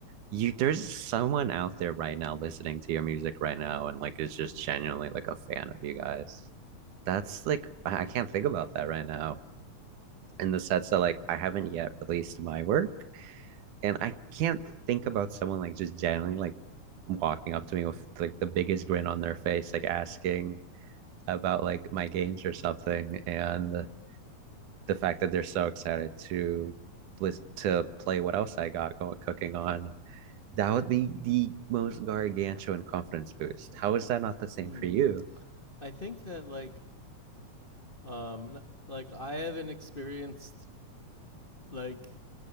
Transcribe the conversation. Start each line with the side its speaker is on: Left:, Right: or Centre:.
Right: You there's someone out there right now listening to your music right now and like is just genuinely like a fan of you guys. That's like I I can't think about that right now. In the sense that like I haven't yet released my work. and I can't think about someone like just generally like walking up to me with like the biggest grin on their face, like asking about like my games or something, and the, the fact that they're so excited to to play what else I got going cooking on. That would be the most gargantuan confidence boost. How is that not the same
Left: Hmm.
Right: for you?
Left: I think that like Um, like I haven't experienced like